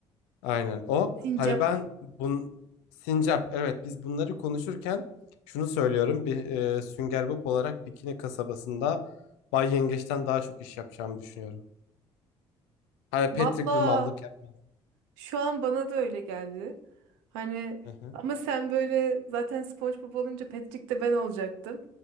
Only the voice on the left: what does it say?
Aynen o.
Hani ben bun Sincap evet biz bunları konuşurken şunu söylüyorum bir e, Sünger Bob olarak Bikini kasabasında Bay Yengeç'ten daha çok iş yapacağımı düşünüyorum. Hani Patrick
bir mallık yapmam.
Hı hı.